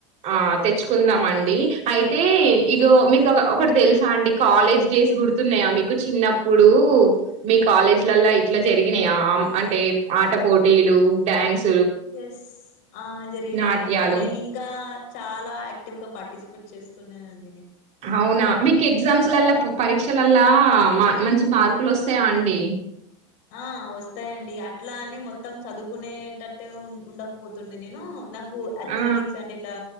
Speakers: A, on the right; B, on the left.
A: ఆ తెచ్చుకుందామ అండి అయితే ఇగో మీకు ఒకటి తెలుసా అండి కాలేజ్ డేస్ గుర్తున్నాయా మీకు చిన్నప్పుడు మీక్ కాలేజ్లల్లా ఇట్లా జరిగినాయా ఆమ్ అంటే ఆట పోటీలు డ్యాన్స్
B: ఎస్ ఆ జరిగినా
A: నాట్యాలు
B: నేను నేను ఇంకా చాలా యాక్టివ్ గా పార్టిసిపేట్ చేస్తున్నానును
A: అవునా మీకు ఎగ్జామ్స్ల పరీక్షల లా మంచి మార్కులు వస్తాయా అండి
B: ఆ వస్తాయంండి అట్లా అని మొత్తం చదువుకునేటట్టు గా ఉండకపోతున్ని నేను నాక్ కు అథ్లెటిక్స్
A: ఆ
B: అంటే ఇట్లా